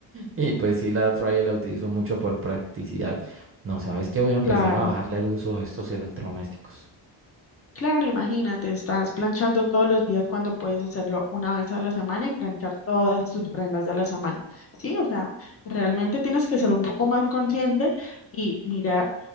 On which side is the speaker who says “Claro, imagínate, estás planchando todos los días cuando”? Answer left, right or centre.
Left